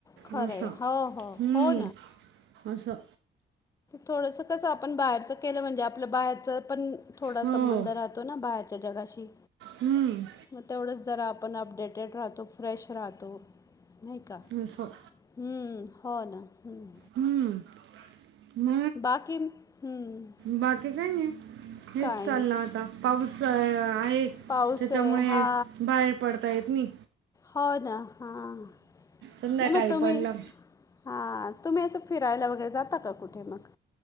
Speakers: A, on the left (about 15°); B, on the right (about 75°).
A: खरं
B: मस्त
A: आहे
B: हम्म
A: हो हो हो
B: असं.
A: थोडसं कसं आपण बाहेरच केलं म्हणजे आपलं बाहेरचं पण थोडा
B: हो
A: संबंध राहतो ना बाहेरच्या जगाशी?
B: हम्म.
A: मग तेवढंच जरा आपण अपडेटेड राहतो, फ्रेश राहतो. नाही का?
B: असं.
A: हम्म हो ना हम्म.
B: हम्म. म
A: बाकी हम्म.
B: बाकी काय नाही. हेच
A: काय
B: चाललं
A: नाही
B: आता पाऊस आहे,
A: पाऊस
B: तेच्यामुळे
A: आहे हा
B: बाहेर. पडता येत नयी.
A: हो ना हां,
B: संध्याकाळी
A: नाही मग तुम्ही.
B: पडलं
A: हा तुम्ही असं फिरायला वगैरे, जाता का कुठे मग